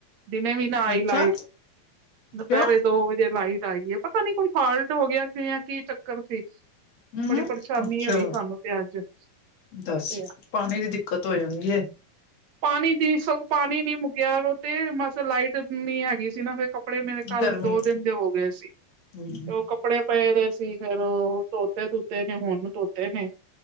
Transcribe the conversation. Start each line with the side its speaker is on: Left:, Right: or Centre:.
Right: ਦਿਨੇ ਵੀ ਨਾ ਆਈ
Left: ਅੱਛਾ
Right: ਲਾਈਟ, ਦੁਪਹਿਰੇ
Left: ਕਿਉਂ
Right: ਦੋ ਵਜੇ ਲਾਈਟ ਆਈ ਐ। ਪਤ ਪਤਾ ਨੀ ਕੋਈ ਫਾਲਟ ਹੋ ਗਿਆ ਸੀ, ਯਾਂ ਕੀ ਚੱਕਰ ਸੀ।
Left: ਹਮ
Right: ਬੜੀ
Left: ਹਮ
Right: ਪਰੇਸ਼ਾਨੀ
Left: ਅੱਛਾ
Right: ਹੋਈ ਸਾਨੂੰ ਤੇ ਅੱਜ।
Left: ਦੱਸ,
Right: ਤੇ
Left: ਪਾਣੀ ਦੀ ਦਿੱਕਤ ਹੋ ਜਾਂਦੀ ਏ।
Right: ਪਾਣੀ ਦੀ, ਸਗੋਂ ਪਾਣੀ ਨੀ ਮੁੱਕਿਆ। ਓਰ ਓ ਤੇ ਮਸ ਲਾਈਟ ਨੀ ਹੈਗੀ ਸੀ ਨਾ ਫਿਰ ਕੱਪੜੇ ਮੇਰੇ ਕੱਲ
Left: ਗਰਮੀ
Right: ਦੋ ਦਿਨ ਦੇ ਹੋ ਗਏ ਸੀ, ਤੇ
Left: ਹਮ
Right: ਉਹ ਕੱਪ ਕੱਪੜੇ ਪਏ ਦੇ ਸੀ ਫਿਰ ਉਹ ਧੋਤੇ ਧੁਤੇ ਨੇ ਹੁਣ ਧੋਤੇ ਨੇ।